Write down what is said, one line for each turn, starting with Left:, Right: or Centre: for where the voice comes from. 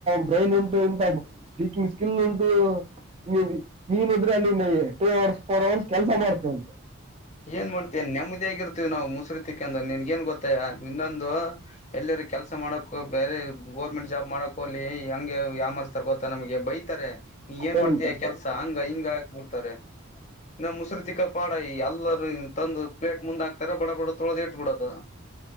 Right: ಬ್ರೈನ್ ಉಂಟು ಇಂತ ಸ್ಪೀಕಿಂಗ್ ಸ್ಕಿಲ್ ಉಂಟು ನೀ ನೀನ್ಿದ್ರೆ ಅಲ್ಲಿ ಟೂ ಅವರ್ಸ್ ಫೋರ್ ಅವರ್ಸ್ ಕೆಲ್ಸ ಮಾಡ್ತೇವಿ
Left: ಏನ್ ಮಾಡ್ತೀವಿ ನೆಮ್ಮದಿಿಯಗಿರ್ತೀವಿ ನಾವು ಮುಸರಿತಿಕ ಅಂದ್ರೆ ನಿನ್ ಏನ್ ಗೊತ್ತಾಯ ಇನ್ನೊಂದು ಎಲ್ಲರೂ ಕೆಲಸ ಮಾಡಕ ಬೇರೆ ಗೋರ್ಮೆಂಟ್ ಜಾಬ್ ಮಾಡಕ್ ಹೋಗಲಿ ಹಂಗೆ. ಯಾಮರ್ಸ್ತರೆ ಗೊತ್ತಾ ನಮಗೆ ಬೈತಾರೆ. ಏನ್
Right: ಏನಂತ
Left: ಮಾಡ್ತೀಯ ಕೆಲ್ಸಾ ಹಂಗ ಹಿಂಗ ಹಾಕ್ ಬಿಡ್ತಾರೆ ನಮ್ಮ ಮುಸರುತಿಕ್ಕ ಪಾಡ ಎಲ್ಲ. ತಂದು ಪ್ಲೇಟ್ ಮುಂದೆ ಹಾಕ್ತಾರ ಬಡ ಬಡ ತೊಳೋದ್ ಇಟ್ಬಿಡೋದು.